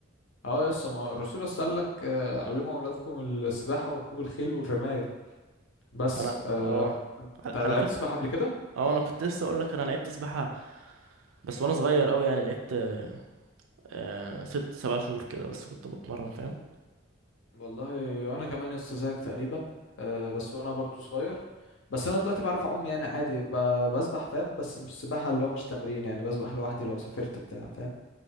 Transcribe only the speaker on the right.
انا
اه
انا
كنت
اه انا كنت لسه اقول لك انا لعبت سباحه بس وانا صغير قوي يعني لعبت آه، آه، ست سبع شهور كده بس كنت بتمرن فاهم